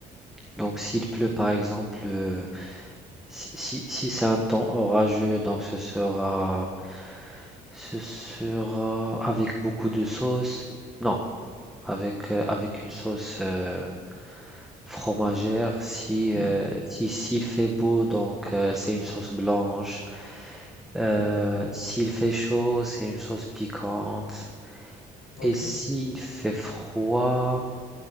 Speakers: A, in the centre; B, on the left (about 70°).
A: Donc s'il pleut par exemple, euh, si, si- si c'est un temps orageux, donc ce sera, ce sera avec beaucoup de sauce. Non, avec, euh, avec une sauce euh, fromagère. Si,
B: <laughs>
A: euh, si, s'il fait beau, donc euh, c'est une sauce blanche. Euh,
B: Ok.
A: s'il fait chaud, c'est une sauce piquante.
B: Ok.
A: Et s'il fait froid...